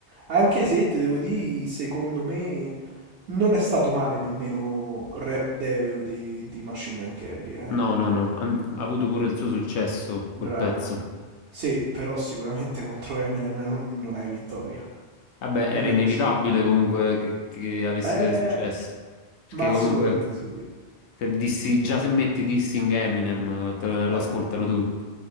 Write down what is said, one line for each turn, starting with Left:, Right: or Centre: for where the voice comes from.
Right: Anche se ti devo dire, secondo me non è stato male nemmeno Rap Devil di, di Machine Gun Kelly, eh.
Left: no, no, no, ha ha avuto pure il suo successo,
Right: Bravo.
Left: quel pezzo.
Right: Sì, però sicuramente contro Eminem non, non hai vittoria.
Left: Vabbè,
Right: Non
Left: era
Right: è
Left: inevitabile
Right: possibile.
Left: comunque che, che avesse
Right: Eh,
Left: successo. Perché
Right: ma assolutamente
Left: comunque
Right: sì. Eh,
Left: se dissi- già se metti Dissing Eminem eh, te lo
Right: eh.
Left: ascoltano tutti.